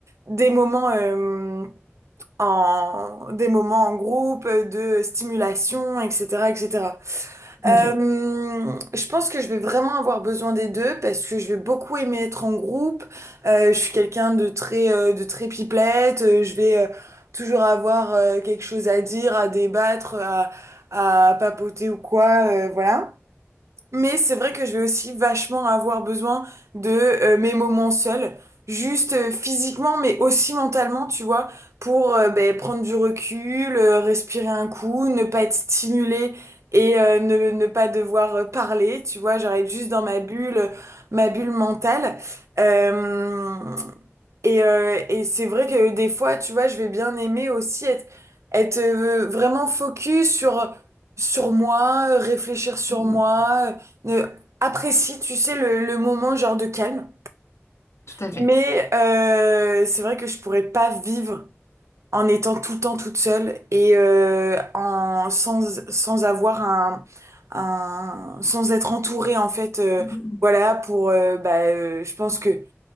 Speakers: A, on the right; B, on the left.
A: des moments euh, en des moments en groupe, de stimulation, etc., etc.
B: Tout
A: Euh,
B: à fait.
A: je pense que je vais vraiment avoir besoin des deux parce que je vais beaucoup aimer être en groupe. Euh, je suis quelqu'un de très, euh, de très pipelette. Euh, Je vais euh, toujours avoir euh, quelque chose à dire, à débattre, à, à papoter ou quoi, euh, voilà. Mais c'est vrai que je vais aussi vachement avoir besoin de euh, mes moments seuls, juste euh, physiquement, mais aussi mentalement, tu vois, pour euh, ben, prendre du recul, euh, respirer un coup, ne pas être stimulé et euh, ne, ne pas devoir euh, parler, tu vois, j'arrête juste dans ma bulle, ma bulle mentale. Euh, et euh, et c'est vrai que des fois, tu vois, je vais bien aimer aussi être, être euh, vraiment focus sur, sur moi, euh, réfléchir sur
B: Mm.
A: moi. Euh, apprécie, tu sais, le, le moment genre de calme.
B: Tout à
A: Mais
B: fait.
A: euh, c'est vrai que je pourrais pas vivre en étant tout le temps toute seule et euh, en, sans, sans avoir un, un- sans être entourée en fait. euh,
B: Mmh, mmh, mmh.
A: voilà, pour, euh, bah, euh, je pense que